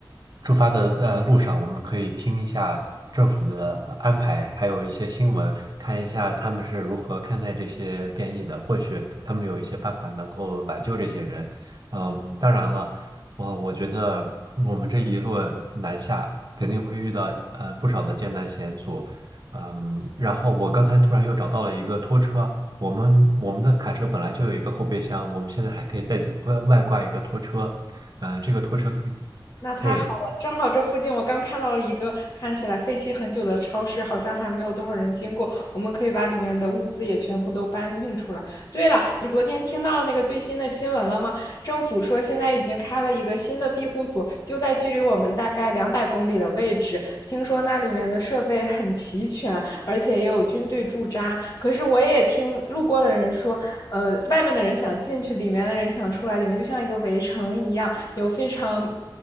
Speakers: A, on the right; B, on the left.
A: 出发的呃路上，我们可以听一下政府的呃安排，还有一些新闻，看一下他们是如何看待这些变异的，或许他们有一些办法能够挽救这些人。嗯，当然了，我我觉得我们这一路南下肯定会遇到呃不少的艰难险阻。嗯，然后我刚才突然又找到了一个拖车，我们我们的卡车本来就有一个后备箱，我们现在还可以再外外挂一个拖车，呃，这个拖车可以，
B: 那太好了，
A: 对，
B: 正好这附近我刚看到了一个看起来废弃很久的超市，好像还没有多少人经过，我们可以把里面的物资也全部都搬运出来。对了，你昨天听到了那个最新的新闻了吗？政府说现在已经开了一个新的庇护所，就在距离我们大概两百公里的位置。听说那里面的设备很齐全，而且也有军队驻扎。可是我也听路过的人说，呃，外面的人想进去，里面的人想出来，里面就像一个围城一样。有非常